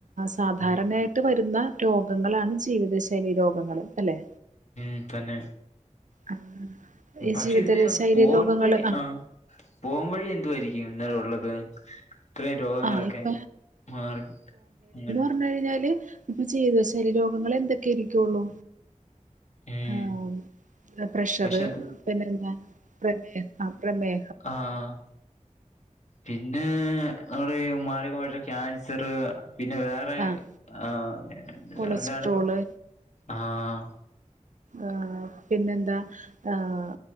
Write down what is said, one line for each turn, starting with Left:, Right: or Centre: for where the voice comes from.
Right: സാധാരണയായി.
Left: ഉം
Right: ട്ട് വരുന്ന രോഗങ്ങളാണ് ജീവിതശൈലി രോഗങ്ങള് അല്ലെ.
Left: ഉം തന്നേ
Right: ആഹ് ഈ
Left: പക്ഷെ
Right: ജീവിത
Left: ഇതിന്
Right: ശൈലി
Left: പോൻ
Right: രോഗങ്ങള്
Left: വഴി ആഹ്. പോം വഴി എന്തു ആയിരിക്കും ഇങ്ങനെ ഉള്ളത്. ഇത്രയും രോഗങ്ങളൊക്കെ
Right: ആഹ് ഇപ്പ
Left: മാറി <unintelligible>
Right: വന്ന് കഴിഞ്ഞാല് ജീവിത ശൈലി രോഗങ്ങള് എന്തൊക്കെ ഇരിക്കൊള്ളു.
Left: ഉം
Right: ആഹ് ഓ പ്രഷർ,
Left: പക്ഷെ അത്
Right: പിന്നെ എന്താ, പ്രമേ ആഹ് പ്രമേ
Left: ആഹ് പിന്നേ അവെടേയും മാരഗ മായിട്ടുള്ള ക്യാൻസർ പിന്നെ വേ പെ
Right: ആഹ്
Left: <unintelligible> ആഹ് <unintelligible>
Right: കൊളസ്ട്രോള്
Left: രണ്ട് നേര ആഹ്
Right: ആഹ് പിന്നെന്താ ആഹ്